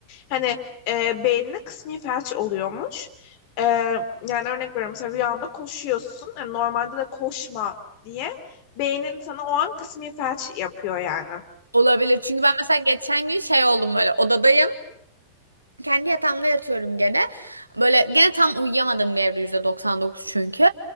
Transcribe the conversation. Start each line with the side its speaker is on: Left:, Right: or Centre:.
Left: hani e, beynine kısmi felç oluyormuş. E, yani örnek veriyorum mesela rüyanda koşuyorsun hani normalde de koşma diye beynin sana o an kısmi felç yapıyor yani.
Right: Olabilir. Çünkü ben mesela geçen gün şey oldum böyle odadayım. Kendi yatağımda yatıyorum gene. Böyle gene tam uyuyamadım bir evde %99 çünkü.